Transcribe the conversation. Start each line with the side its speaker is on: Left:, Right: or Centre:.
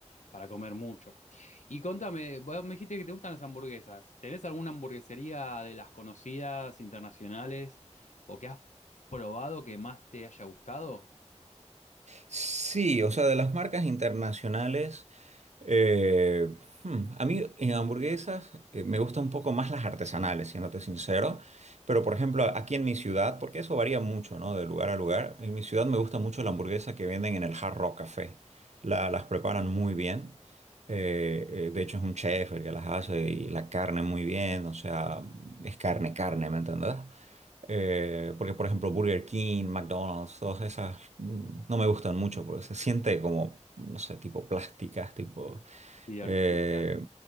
Left: para comer mucho. Y contame, vos me dijiste que te gustan las hamburguesas. ¿Tenés alguna hamburguesería de las conocidas internacionales o que has probado que más te haya gustado?
Right: Sí, o sea, de las marcas internacionales, eh, hmm, a mí en hamburguesas eh, me gustan un poco más las artesanales, siéndote sincero, pero por ejemplo aquí en mi ciudad, porque eso varía mucho, ¿no? De lugar a lugar, en mi ciudad me gusta mucho la hamburguesa que venden en el Hard Rock Café, La- las preparan muy bien, eh, eh, de hecho es un chef el que las hace y la carne muy bien, o sea, es carne, carne, ¿me entendés? Eh, porque, por ejemplo, Burger King, McDonald's, todas esas mm, no me gustan mucho porque se siente como, no sé, tipo plásticas, tipo...
Left: Y artificial.
Right: eh,